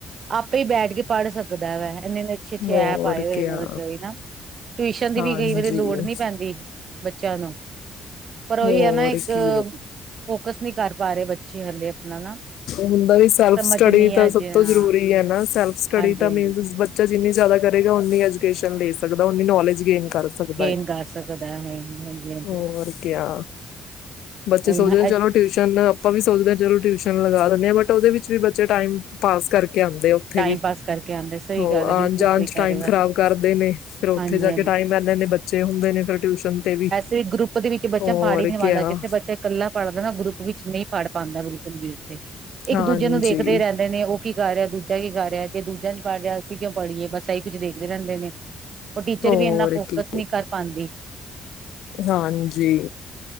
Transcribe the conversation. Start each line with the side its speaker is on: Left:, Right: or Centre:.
Right: ਆਪੇ ਹੀ ਬੈਠ ਕੇ ਪੜ ਸਕਦਾ ਵੇ। ਇੰਨੇ ਇੰਨੇ ਅੱਛੇ ਅੱਛੇ
Left: ਹੋਰ
Right: ਐਪ ਆਏ ਹੋਏ
Left: ਕਿਆ
Right: ਨੇ ਬੱਚੇ ਦੀ ਨਾ ਟਿਊਸ਼ਨ ਦੀ
Left: ਹਾਂਜੀ
Right: ਵੀ ਕਈ ਵਾਰੀ ਲੋੜ ਨਹੀਂ ਪੈਂਦੀ ਬੱਚਿਆਂ ਨੂੰ। ਪਰ ਉਹੀ
Left: ਹੋਰ
Right: ਹੈ ਨਾ ਇੱਕ
Left: ਕੀ।
Right: ਫੋਕਸ ਨਹੀਂ ਕਰ ਪਾ ਰਹੇ ਬੱਚੇ ਹਲੇ ਆਪਣਾ ਨਾ।
Left: ਹੁੰਦਾ ਵੀ ਸੈਲਫ
Right: ਸਮਝ
Left: ਸਟੱਡੀ
Right: ਨੀ
Left: ਤਾਂ
Right: ਆ ਅਜੇ
Left: ਸਭ
Right: ਹਾਂ
Left: ਤੋਂ ਜਰੂਰੀ ਹੈ ਨਾ ਸੈਲਫ ਸਟੱਡੀ
Right: ਹਾਂਜੀ
Left: ਤਾਂ
Right: ਹਾਂਜੀ
Left: ਮੀਨਸ ਬੱਚਾ ਜਿੰਨੀ ਜ਼ਿਆਦਾ ਕਰੇਗਾ ਉਨੀ ਐਜੂਕੇਸ਼ਨ ਲੈ ਸਕਦਾ ਉਨੀ ਨੌਲੇਜ ਗੇਨ। ਕਰ ਸਕਦਾ
Right: ਗੇਮ
Left: ਹੈ
Right: ਗਾ ਸਕਦਾ ਹੈ। ਹਾਂਜੀ
Left: ਹੋਰ ਕਿਆ ਬੱਚੇ
Right: ਉਹੀ
Left: ਸੋਚਦੇ
Right: ਨਾ
Left: ਚਲੋ ਟਿਊਸ਼ਨ ਆਪਾਂ ਵੀ ਸੋਚਦੇ ਹਾਂ ਚਲੋ ਟਿਊਸ਼ਨ। ਲਗਾ ਦੀਨੇ ਬਟ ਉਹਦੇ ਵਿੱਚ ਵੀ ਬੱਚੇ ਟਾਈਮ ਪਾਸ ਕਰਕੇ ਕਹਿੰਦੇ ਉੱਥੇ
Right: ਟਾਈਮ
Left: ਵੀ
Right: ਪਾਸ ਕਰਕੇ ਆਉਂਦੇ ਸਹੀ
Left: ਉਹ
Right: ਗੱਲ ਹੈ ਬਿਲਕੁਲ
Left: ਆਣ ਜਾਣ
Right: ਸਹੀ
Left: ਚ
Right: ਕਹਿ
Left: ਟਾਈਮ
Right: ਰਹੇ ਹੋ ਹਾਂਜੀ
Left: ਖ਼ਰਾਬ ਕਰਦੇ ਨੇ ਫਿਰ ਉੱਥੇ
Right: ਹਾਂਜੀ
Left: ਜਾ
Right: ਹਾਂਜੀ
Left: ਕੇ ਟਾਈਮ ਲੈਂਦੇ ਬੱਚੇ ਹੁੰਦੇ ਨੇ ਫਿਰ ਟਿਊਸ਼ਨ ਤੇ ਵੀ
Right: ਤੇ ਗਰੁੱਪ ਦੇ ਵਿੱਚ ਬੱਚਾ
Left: ਹੋਰ
Right: ਪੜ੍ਹ ਹੀ ਨਹੀਂ
Left: ਕਿਆ
Right: ਪਾਂਦਾ ਜਿੱਥੇ ਬੱਚਾ ਇਕੱਲਾ ਪੜ੍ਹਦਾ ਨਾ ਉਹ ਗਰੁੱਪ ਵਿੱਚ ਨਹੀਂ ਪੜ੍ਹ ਪਾਂਦਾ, ਬਿਲਕੁਲ ਵੀ ਉਹ ਤੇ
Left: ਹਾਂਜੀ
Right: ਇੱਕ ਦੂਜੇ ਨੂੰ ਦੇਖਦੇ, ਰਹਿੰਦੇ ਨੇ ਉਹ ਕੀ, ਕਰ ਰਿਹਾ ਤੂੰ? ਇਹ ਕੀ ਕਰ ਰਿਹਾ, ਤੇ ਦੂਜਾ ਨੀ ਪੜ ਰਿਹਾ। ਅਸੀਂ ਕਿਉਂ ਪੜੀਏ, ਬਸ ਇਹੀ ਕੁਝ ਦੇਖਦੇ ਰਹਿੰਦੇ ਨੇ। ਉਹ ਟੀਚਰ
Left: ਹੋਰ
Right: ਵੀ ਇੰਨਾ, ਫੋਕਸ
Left: ਕੀ
Right: ਨਹੀਂ ਕਰ ਪਾਂਦੀ।
Left: ਹਾਂਜੀ